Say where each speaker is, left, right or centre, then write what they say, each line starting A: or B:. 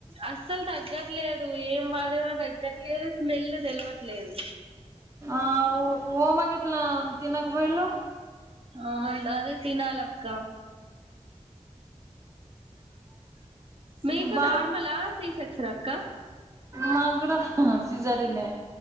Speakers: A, on the right (about 50°); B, on the right (about 25°).
A: అసలు తగ్గట్లే ఏం వాడిని తగ్గట్లేదు స్మెల్ తెలవట్లేదు
B: ఆఊ ఓమాగిట్లా తినకపోయ లో
A: ఆ అదే తినాలక్క మీకు
B: బాబు
A: నార్మలా సి సెక్షన్ అక్క
B: మాకు కూడా సిజేరియన్